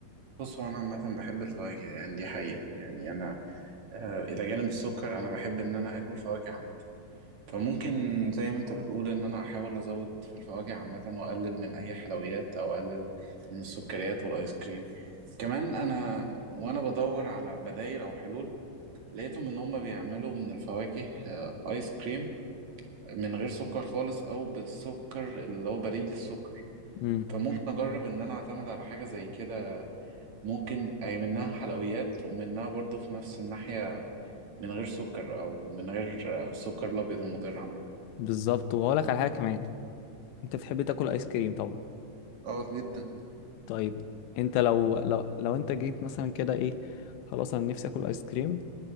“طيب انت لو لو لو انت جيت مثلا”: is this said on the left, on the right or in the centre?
Left